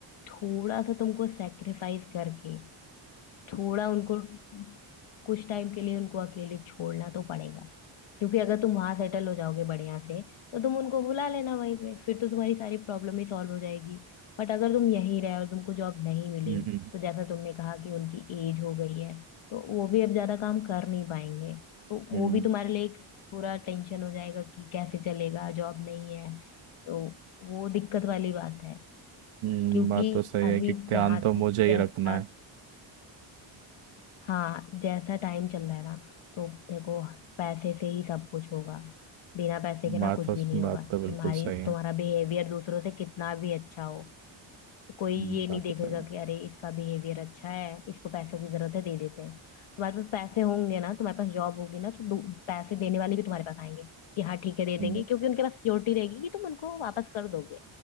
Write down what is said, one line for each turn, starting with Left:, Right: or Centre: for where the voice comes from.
Left: थोड़ा सा तुमको सेक्रीफाइस करके थोड़ा उनको कुछ टाइम के लिए उनको अकेले छोड़ना तो पड़ेगा क्योंकि अगर तुम वहां सेटल हो जाओगे बढ़िया से तो तुम उनको बुला लेना वहीं पे फिर तो तुम्हारी सारी प्रॉब्लम ही सॉल्व हो जाएगी बट अगर तुम यहीं रहे और तुमको जॉब नहीं मिली
Right: हम्म हम्म,
Left: तो जैसा तुमने कहा कि उनकी एज हो गई है तो वो भी अब ज्यादा काम कर नहीं पाएंगे तो वो
Right: हम्म
Left: भी तुम्हारे लिए एक पूरा टेंशन हो जाएगा कि कैसे चलेगा जॉब नहीं है तो वो दिक्कत वाली बात है
Right: हम्म,
Left: क्योंकि
Right: बात तो सही
Left: अभी
Right: है कि ध्यान
Left: जहां
Right: तो
Left: तक
Right: मुझे ही
Left: जैसा
Right: रखना है
Left: हाँ जैसा टाइम चल रहा है ना तो देखो पैसे से ही सब कुछ होगा बिना पैसे के ना
Right: बात
Left: कुछ
Right: तो
Left: भी नहीं
Right: बात
Left: होगा
Right: तो बिल्कुल
Left: तुम्हारी
Right: सही है
Left: तुम्हारा बिहेवियर दूसरों से कितना भी अच्छा हो कोई ये
Right: हम्म,
Left: नहीं
Right: बात
Left: देखेगा
Right: तो सही है
Left: कि अरे इसका बिहेवियर अच्छा है इसको पैसों की जरूरत है दे देते हैं तुम्हारे पास पैसे होंगे ना तुम्हारे पास जॉब होगी ना तो दू- पैसे देने वाले भी तुम्हारे पास आएंगे कि हाँ ठीक है दे
Right: हम्म
Left: देंगे क्योंकि उनके पास सियोरिटी रहेगी कि तुम उनको वापस कर दोगे